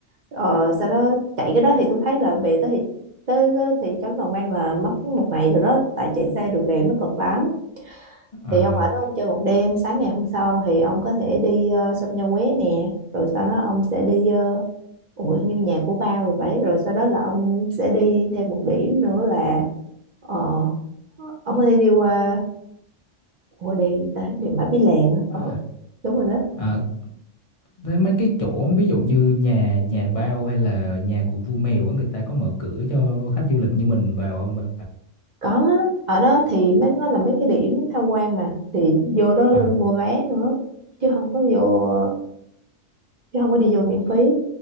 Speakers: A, on the right (about 50°); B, on the left (about 40°).
A: ờ, sau đó chạy cái đó thì tôi thấy là về tới thì tới, tới thị trấn Đồng An là mất một ngày rồi đó tại chạy xe đường đèo nó cực lắm
B: à
A: thì ông ở đó ông chơi một đêm sáng ngày hôm sau thì ông có thể đi uh, sông Nho Quế nè rồi sau đó ông sẽ đi ờ, Ủa như nhà của ba rồi vậy rồi sau đó là ông sẽ đi thêm một điểm nữa là ờ, ông có thể đi qua ủa đèo gì ta đèo Mã Pí Lèng á. ờ
B: à
A: đúng rồi đó
B: à, thế mấy cái chỗ ví dụ như nhà nhà bao hay là nhà của vua mèo á người ta có mở cửa cho khách du lịch như mình vào không bà
A: có á, ở đó thì mấy nó là mấy cái điểm tham quan mà thì vô đó
B: à
A: mua vé nữa chứ không có vô chứ không có đi vô miễn phí